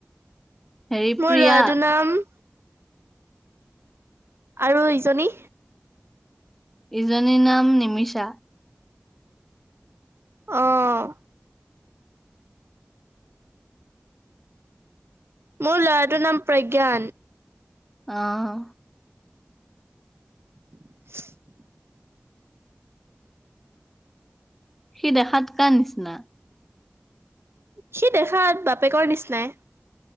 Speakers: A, in the centre; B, on the right.
A: হেৰি
B: মোৰ
A: প্ৰিয়া,
B: ল'ৰাটোৰ নাম? আৰু ইজনী।
A: ইজনীৰ নাম নিমিষা?
B: আহ। মূল আৰু নাম প্ৰজ্ঞান।
A: অহ।
B: <inaudible> <unintelligible>
A: সি দেখাত কা নিচিনা?
B: সি দেখাত বাপেকৰ নিচিনাই?